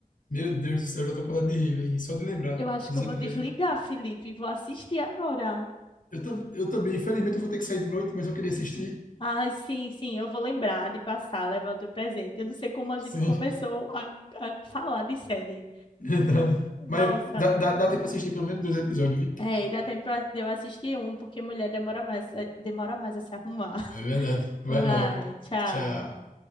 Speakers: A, on the left; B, on the left.
A: Meu Deus do céu, eu já tô com vontade de rir, velho. Só de lembrar
B: Eu acho
A: dos
B: que eu
A: episódios.
B: vou desligar, Felipe, e vou assistir agora.
A: Eu, tam- eu também, infelizmente, eu vou ter que sair de noite, mas eu queria assistir.
B: Ah, sim, sim, eu vou lembrar de passar, levar o teu presente. Eu não sei como a gente
A: Sim,
B: começou a, a falar de série.
A: <laughs> verdade. Mas
B: Nossa,
A: dá, dá, dá tempo pra assistir pelo menos dois episódios, viu?
B: é, e dá tempo pra- de eu assistir um, porque mulher demora mais, é, demora mais a se arrumar.
A: É verdade.
B: <laughs> Vai,
A: Vai logo.
B: tchau.
A: Tchau.